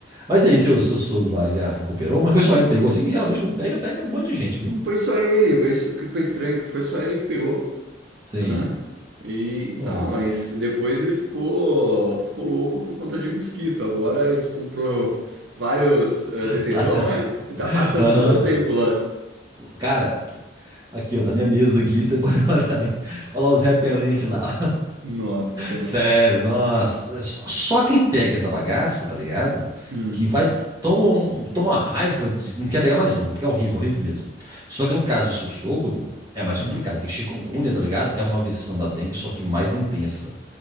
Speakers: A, on the right (about 20°); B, on the right (about 75°).
A: Mas aí, seu, seu sogro lá já recuperou, mas foi só ele que pegou assim, que geralmente quando pega, pega um monte de gente, viu?
B: Foi só ele, velho. Isso que foi estranho, que foi só ele que pegou,
A: Sim.
B: né? E,
A: Nossa.
B: tal, mas depois ele ficou, ficou louco por conta de mosquito. Agora eles comprou vários eh,
A: <laughs>
B: detefão,
A: Tá.
B: né? E tá passando
A: Aham.
B: todo o tempo lá.
A: Cara, aqui, ó, na minha mesa aqui, você pode <laughs> olhar ali. Olha lá os repelentes lá.
B: Nossa, mano.
A: Sério, nossa. É só- Só quem pega essa bagaça, tá ligado?
B: Uhum.
A: Que vai. Toma, um- toma uma raiva de. Não quer pegar mais nunca, porque é horrível, horrível mesmo. Só que no caso do seu sogro, é mais
B: Hum,
A: complicado, porque chikungunya, tá ligado? É uma versão da dengue, só que mais intensa.